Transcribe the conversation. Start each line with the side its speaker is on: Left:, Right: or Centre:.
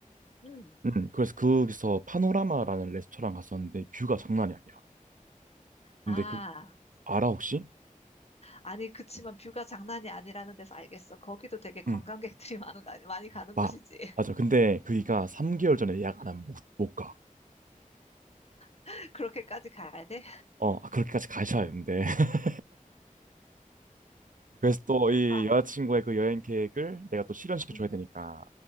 Left: 음.
Right: 음, 그래서 거기서 파노라마라는 레스토랑 갔었는데 뷰가 장난이 아니야. 근데
Left: 아,
Right: 그, 알아, 혹시?
Left: 아니, 그치만 뷰가 장난이 아니라는 데서 알겠어. 거기도 되게 관광객들이
Right: 응,
Left: <laughs> 많은 거, 아니- 많이 가는
Right: 마,
Left: 곳이지.
Right: 맞아. 근데 그이가 3개월 전에 예약 안 하면 못, 못 가.
Left: <laughs> 그렇게까지 가야 돼?
Right: 어, 아, 그렇게까지 가셔야 되는데. <laughs> 그래서 또 이
Left: 아,
Right: 여자친구의 그 여행 계획을 내가 또 실현시켜
Left: 음.
Right: 줘야 되니까.